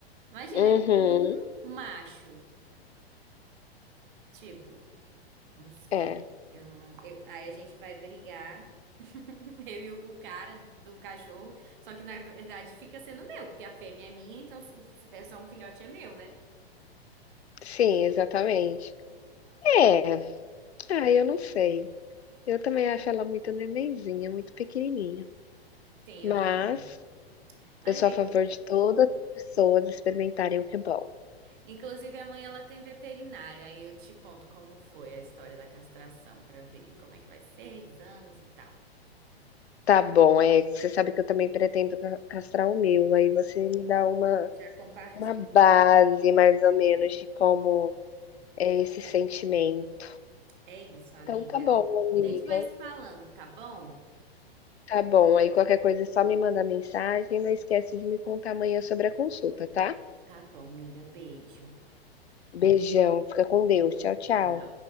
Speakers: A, on the right; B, on the left.
A: Imagina,
B: Uhum.
A: nenhum macho. Tipo, não sei.
B: É,
A: Eu não, eu- aí a gente vai brigar, <laughs> eu e o o cara do, do cachorro, só que na verdade fica sendo meu, porque a fêmea é minha, então se se der só um filhote é meu, né?
B: sim, exatamente. É. Ah, eu não sei. Eu também acho ela muito nenenzinha, muito pequenininha.
A: Sim,
B: Mas
A: eu também. acho. Mas
B: eu sou
A: é
B: a favor de todas as pessoas experimentarem o que é bom.
A: Inclusive, amanhã ela tem veterinário, aí eu te conto como foi a história da castração para ver como é que vai ser, exames e tal.
B: Tá bom, é, você sabe que eu também pretendo ca castrar o meu, aí você me dá uma
A: A gente já compartilha.
B: uma base
A: informações.
B: mais ou menos de como é esse
A: Uhum.
B: sentimento.
A: É isso, amiga.
B: Então tá bom, amiga.
A: Gente, mais falando, tá bom?
B: Tá bom, aí qualquer coisa é só me mandar mensagem não esquece de me contar amanhã sobre a consulta, tá?
A: Tá bom, amiga. Beijo.
B: Beijão, fica com Deus. Tchau, tchau.
A: Tchau.